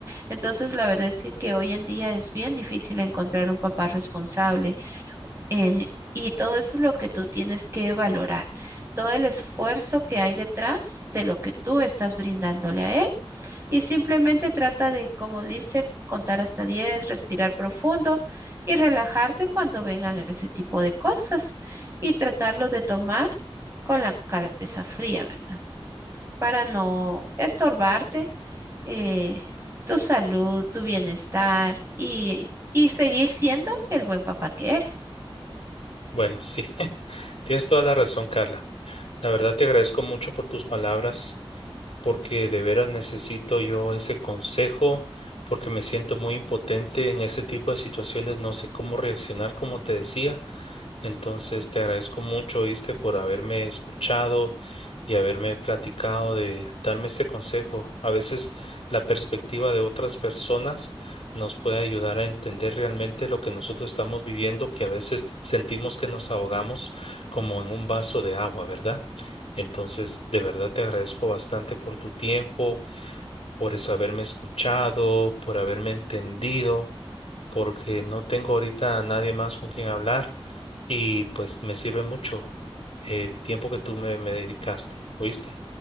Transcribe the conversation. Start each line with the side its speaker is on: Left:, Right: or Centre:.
Right: Entonces, la verdad es que hoy en día es bien difícil encontrar un papá responsable eh, y todo eso es lo que tú tienes que valorar, todo el esfuerzo que hay detrás de lo que tú estás brindándole a él y simplemente trata de, como dice, contar hasta 10, respirar profundo y relajarte cuando vengan ese tipo de cosas y tratarlos de tomar con la cabeza fría, ¿verdad? Para no estorbarte eh, tu salud, tu bienestar y, y seguir siendo el buen papá que eres.
Left: Bueno, sí, <laughs> tienes toda la razón, Carla. La verdad te agradezco mucho por tus palabras, porque de veras necesito yo ese consejo, porque me siento muy impotente en ese tipo de situaciones, no sé cómo reaccionar, como te decía. Entonces, te agradezco mucho, viste, por haberme escuchado y haberme platicado de darme este consejo. A veces la perspectiva de otras personas nos puede ayudar a entender realmente lo que nosotros estamos viviendo, que a veces sentimos que nos ahogamos como en un vaso de agua, ¿verdad? Entonces, de verdad te agradezco bastante por tu tiempo, por eso haberme escuchado, por haberme entendido porque no tengo ahorita a nadie más con quien hablar y pues me sirve mucho el tiempo que tú me, me dedicaste, ¿oíste?